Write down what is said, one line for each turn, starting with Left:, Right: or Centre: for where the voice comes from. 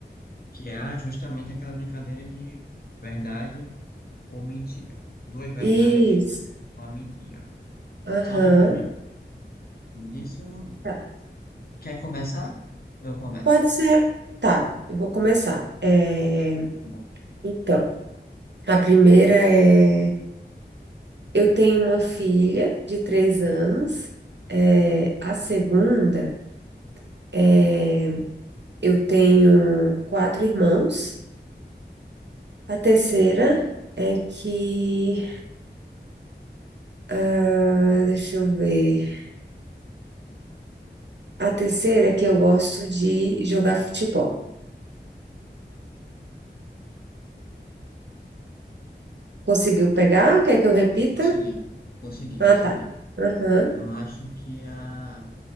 Left: que é justamente aquela brincadeira de verdade ou mentira. Duas verdades,
Right: Isso.
Left: uma mentira.
Right: Aham.
Left: Só relembrando, disso,
Right: Tá.
Left: quer começar? Eu começo.
Right: Pode ser. Tá, eu vou começar. É,
Left: Tá bom.
Right: Então, a primeira é: eu tenho uma filha de três anos. É, A segunda é: eu tenho quatro irmãos. A terceira é que. ah, deixa eu ver. A terceira é que eu gosto de jogar futebol. Conseguiu pegar? Quer que eu repita?
Left: Consegui, consegui,
Right: Ah,
Left: consegui.
Right: tá. Aham.
Left: Eu acho que a